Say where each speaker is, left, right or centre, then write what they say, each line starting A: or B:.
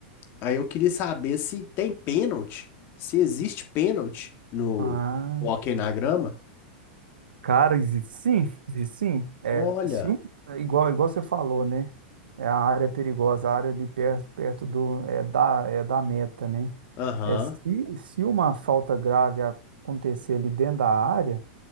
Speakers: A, on the left; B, on the right.
A: Aí eu queria saber se tem pênalti, se existe pênalti no
B: Ah,
A: no hóquei na grama.
B: cara, existe sim, existe sim. É,
A: Olha,
B: se um, é igual, igual você falou, né? É a área é perigosa, a área ali perto, perto do, é da, é da meta, né?
A: aham,
B: É, se, se uma falta grave acontecer ali dentro da área,